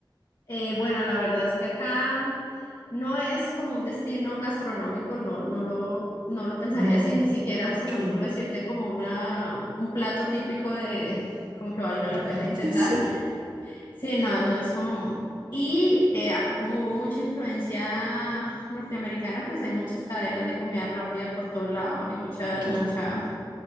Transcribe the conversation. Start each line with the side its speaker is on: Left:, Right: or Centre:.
Left: Eh, bueno, la verdad es que acá no es como un destino gastronómico, no, no lo, no lo pensaría
Right: No,
Left: así, ni siquiera
Right: ok.
Left: se me ocurre decirte como una, un plato típico de, como que valga la
Right: para-
Left: pena intentar.
Right: <laughs> Sí,
Left: Sí, no, no es como... muy- Y eh, acá como hubo mucha influencia norteamericana, pues hay muchas cadenas de comida rápida por todo lado, hay mucha,
Right: claro.
Left: mucha,